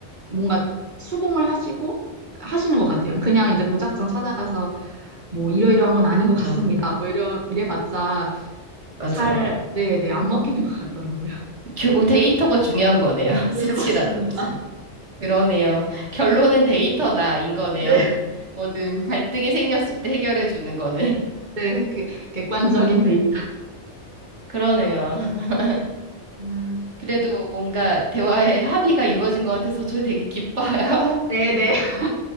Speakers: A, on the right; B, on the right.
A: 뭔가 수긍을 하시고 하시는 것 같아요. 그냥 이제 무작정 찾아가서 뭐 이러이러한 건 아닌 것 같습니다.
B: 어,
A: 뭐 이러, 이래봤자
B: 맞아요.
A: 잘, 네네, 안 먹히는 것 같더라고요.
B: 결국 데이터가 중요한 거네요. <laughs>
A: 네,
B: 수치라든지.
A: 맞습니다.
B: 그러네요. 결론은 데이터다인 거네요.
A: 네,
B: 뭐든 갈등이 생겼을 때 해결해 주는 거는.
A: 네, 그 객관적인
B: 어,
A: 데이터.
B: 그러네요. <laughs>
A: 아,
B: 그래도
A: 그래서-
B: 뭔가 대화의 합의가 이루어진 것 같아서 저 되게 기뻐요.
A: 네, 네, <laughs>